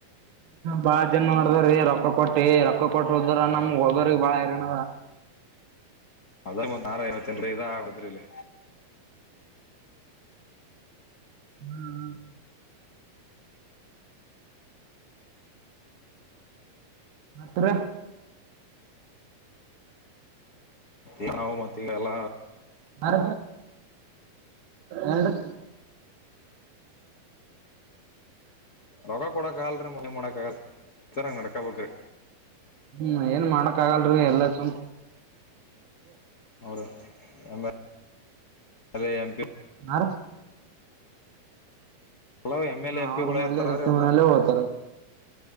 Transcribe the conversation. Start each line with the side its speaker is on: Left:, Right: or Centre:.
Right: ಬಾಳ ಜನ ಮಾಡದ್ರೀ ರೊಕ್ಕ ಕೊಟ್ಟಿ ರೊಕ್ಕ ಕೊಟ್ಟ ಹೋದಾರ ನಮಗ್ ಹೋದ್ರ ಬಾಳ ಇರನ
Left: ಅದ ಐವತ್ತ ಜ ಇದ ಅದ್ರಲೆ
Right: ಹ್ಮ್ ತ್ರ
Left: ಏನವು ಮತ್ತಗ ಎಲ್ಲ
Right: ಮರ ಏನ್ರಿ
Left: ರೊೋಗ ಕೊೂಡಕ್ಕ ಆಲ್ರಿೀ ಮಜೆ ಮೋಡಕ್ಕಾಗಲ್ ಸರಂಗ ನಡಕಾ ಪಕ್ರು
Right: ಹ್ಮ್ ಏನ್ ಮಾಡಕ್ ಆಗಲ್ರಿ ಎಲ್ಲ ಚು
Left: ಅವರು ಎಮ್ಮ ಅದೇ ಎಂಪಿ
Right: ಆ
Left: ಎಲ್ಲ ಎಮ್
Right: ಹಾ
Left: ಎಲ್ ಎ ಎಂ
Right: ಅವ್ರ
Left: ಪಿಗಳ
Right: ಮೆ
Left: ಇರ್ತಾರ
Right: ರೆಕ್ಕ
Left: ರೀ ಎಲ್ಲ
Right: ಮನಲ್ಲೇ ಹೋಗ್ತಾರ